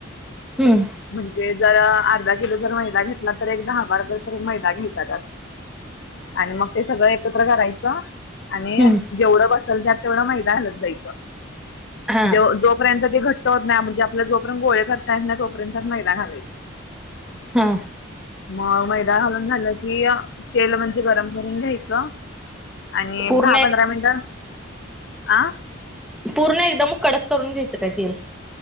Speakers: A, in the centre; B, on the left (about 55°).
A: हम्म.
B: म्हणजे जर अर्धा किलो जर मैदा घेतला, तर एक दहाबार भर तर मैदा घ्यायचा त्यात. आणि मग ते सगळं एकत्र करायचं. आणि
A: हम्म
B: जेवढं बसल त्यात तेवढ मैदा घालत जायच
A: हा
B: जे जो तोपर्यंत ते घट्ट होत नाही म्हणजे आपल्याला जोपर्यंत गोळे करता येत नाही तोपर्यंत त्यात मैदा घालायचं.
A: हा.
B: मग मैदा घालून झालं की, तेल म्हणजे गरम करून घ्यायचं. आणि एक
A: पूर्ण
B: दहा, पंधरा मिनिट आ.
A: पूर्ण एकदम कडक करून घ्यायचं काय तेल.